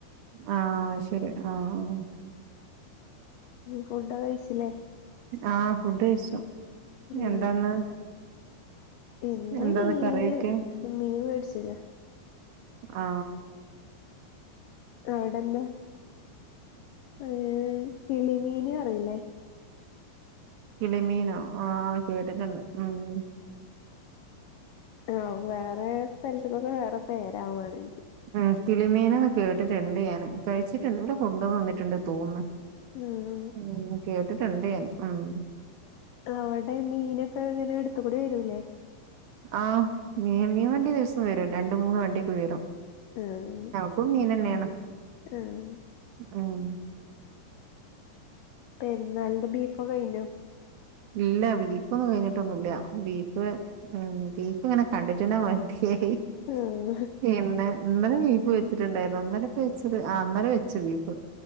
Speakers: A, on the right; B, on the left.
A: ആഹ് ശരി ആഹ്, ആഹ്.
B: ഫുഡ് കഴിച്ചില്ലേ
A: ആഹ് ഫുഡ് കഴിച്ചു. പിന്നെ
B: ഉം
A: എന്താന്ന്
B: ഇന്ന്
A: എന്താന്ന്
B: മീന്,
A: കറിയൊക്കെ
B: മീൻ മേടിച്ചിന്
A: ആ
B: അവിടെ എന്താ, ഏ കിളിമീന് അറിയില്ലേ
A: കിളിമീനോ ആ. കേട്ടിട്ടുണ്ട് ഉം
B: ആ വേറെ സ്ഥലത്തൊക്കെ വേറെ പേരാവുവാണെങ്കിൽ
A: ഉം കിളിമീനെന്ന് കേട്ടിട്ടുണ്ട് ഞാൻ, കഴിച്ചിട്ടുണ്ട്. ഇവിടെ കൊണ്ടു വന്നിട്ടുണ്ട് തോന്നുന്ന്
B: ഉം
A: കിളിമീനെന്ന് കേട്ടിട്ടുണ്ട് ഞാൻ. ഉം.
B: അവിടെ മീനൊക്കെ ഇങ്ങനെ അടുത്തുകൂടി വരൂല്ലേ.
A: ആ മീൻ വണ്ടി ദിവസം വരും. രണ്ട്, മൂന്ന് വണ്ടിയൊക്കെ വരും.
B: ഉം
A: എപ്പഴും മീൻ എന്നെയാണ്
B: ഉം
A: ഉം
B: പെരുന്നാളിന്റെ ബീഫോക്കെ കഴിഞ്ഞോ
A: ഇല്ല ബീഫൊന്നും കഴിഞ്ഞിട്ടൊന്നുമില്ല. ബീഫ് ഉം ബീഫ് ഇങ്ങനെ കണ്ടിട്ട് തന്നെ മതിയായി.
B: ഉം
A: പിന്നെ ഇന്നലെ ബീഫു വെച്ചിട്ടുണ്ടായിരുന്നു. ഇന്നലെ ഒക്കെ വെച്ചത്, ഇന്നലെ വെച്ചു ബീഫ്.